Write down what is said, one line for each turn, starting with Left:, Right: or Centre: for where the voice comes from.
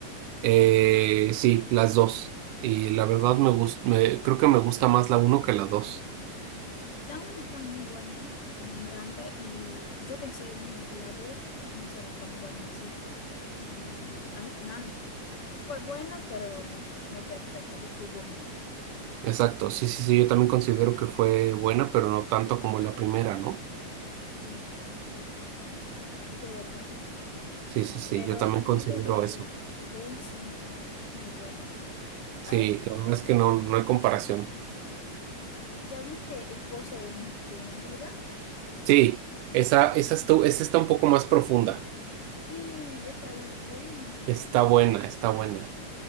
Right: Eh, sí, las dos. Y la verdad me gusta, creo que me gusta más la uno que la dos.
Left: La 1 está muy buena, me encanta. Y yo pensé, "Mm, la 2 no será tan buena, sí. Y al final fue buena, pero no perfecta, pero fue buena.
Right: Exacto, sí, sí, sí, yo también considero que fue buena, pero no tanto como la primera, ¿no?
Left: Sí, esto es verdad.
Right: Sí, sí, sí,
Left: Pero
Right: yo también
Left: las
Right: considero
Left: películas de,
Right: eso.
Left: de él son muy buenas.
Right: Sí,
Left: Hay
Right: la verdad es que no, no hay comparación.
Left: ¿Ya viste Esposo de, Men- de Mentira?
Right: Sí, esa, esa, estu- esa está un poco más profunda.
Left: Sí, está buena.
Right: Está buena, está buena.